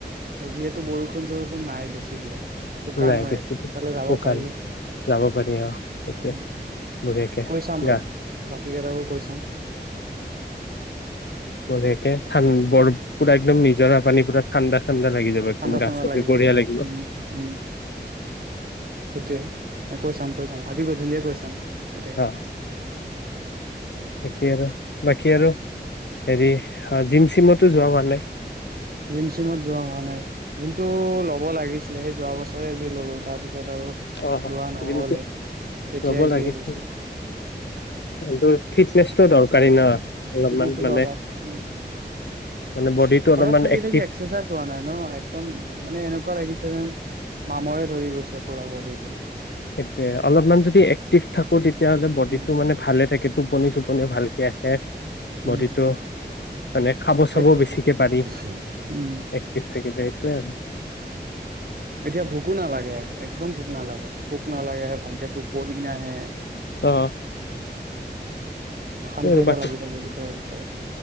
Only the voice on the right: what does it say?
আৰু যিহেতু বৰষুণ-চৰষুণ নাই বেছি দিয়া। শুকান
হৈ
আছে তালে যাব
পাৰিম।
উম
কৈ চাম
ৰ বাকী কেইটাকো কৈ চাম।
ঠাণ্ডা,
ঠাণ্ডা,
লাগি
যাব
উম উম সেইটোৱে কৈ চাম কৈ চাম আজি গধূলিয়ে কৈ চাম। গোটেইকেইটা
জিম চিমত যোৱা হোৱা নাই। জিমটো ল'ব লাগি ছিলে সেই যোৱা বছৰে যি ললো তাৰ পিছত পিছত আৰু
লোৱা নহলে,
তেতিয়াই
যি এৰিছো।
ফিটনেচটো
দৰকাৰ। উম,
ঘৰত
থাকি
থাকি এক্সাৰচাইজ হোৱা নাই ন'। একদম মানে এনেকুৱা লাগিছে যেন মামৰে ধৰি গৈছে পুৰা বডিটো।
উম
উম
সেইটোৱে
সেইটোৱে
উম
এতিয়া ভুকু নালাগে একদম ভুক ভোক নালাগে ভোক নালাগে ভালকে টোপনি নাহে
অশান্তি
এটা
লাগি থাকে ভিতৰে ভিতৰে। হয়